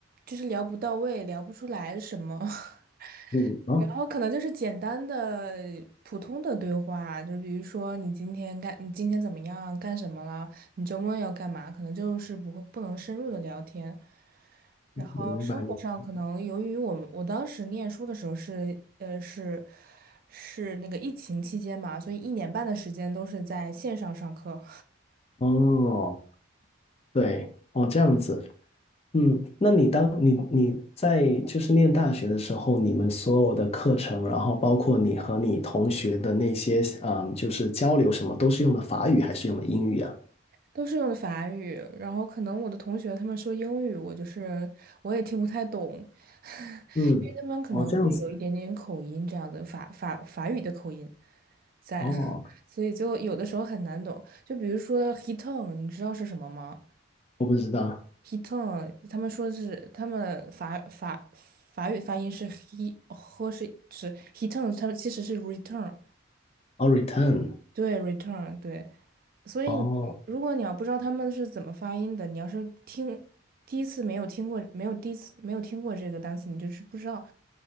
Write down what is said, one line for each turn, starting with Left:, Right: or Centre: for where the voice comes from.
Right: 就是聊不到位，聊不出来什么。<laughs>
Left: 嗯，哦，
Right: 然后可能就是简单的普通的对话，就比如说你今天干，你今天怎么样，干什么了？你周末要干嘛？可能就是不会不能深入的聊天。然后生活上可能由于我们我当时念书的时候是呃是
Left: 明白明白
Right: 是那个疫情期间嘛，所以一年半的时间都是在线上上课，
Left: 哦，对哦，这样子，嗯，那你当你你在就是念大学的时候，你们所有的课程，然后包括你和你同学的那些，嗯，就是交流什么，都是用的法语还是用的英语啊？
Right: 都是用的法语。然后可能我的同学他们说英语，我就是我也听不太懂，<laughs>
Left: 嗯，
Right: 因为他们可能会有一点点口音这样的法法法语的口音
Left: 哦，这样子，
Right: 在，
Left: 哦，
Right: <laughs> 所以就有的时候很难懂。就比如说 hitung，你知道是什么吗？
Left: 我不知道。
Right: He t o n 他们说是他们法法法语发音是 he 和是是 heton，他们其实是 return，
Left: 哦，return，
Right: 对 return 对。所以你如果你要不知道他们是怎么发音的，
Left: 哦，
Right: 你要是听第一次没有听过，没有第一次没有听过这个单词，你就是不知道